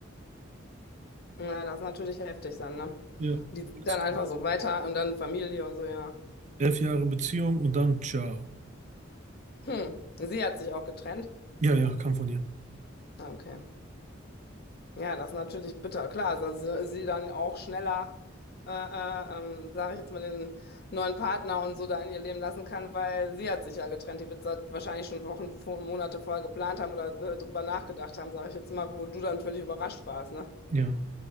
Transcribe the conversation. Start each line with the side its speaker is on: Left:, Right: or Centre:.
Left: ja, das ist natürlich heftig dann, ne?
Right: Ja.
Left: Und die zieht
Right: Alles
Left: dann einfach
Right: klar.
Left: so weiter und dann Familie und so, ja.
Right: Elf Jahre Beziehung und dann ciao.
Left: Hm, sie hat sich auch getrennt.
Right: Ja, ja, kam von ihr.
Left: Ah, Okay. Ja, das ist natürlich bitter. Klar, dass sie sie dann auch schneller, äh, äh, ähm, sage ich jetzt mal, den neuen Partner und so da in ihr Leben lassen kann, weil sie hat sich ja getrennt. Die wird seit wahrscheinlich schon Wochen, vor, Monate vorher geplant haben oder äh, drüber nachgedacht haben, sage ich jetzt mal, wo du dann völlig überrascht warst, ne?
Right: Ja.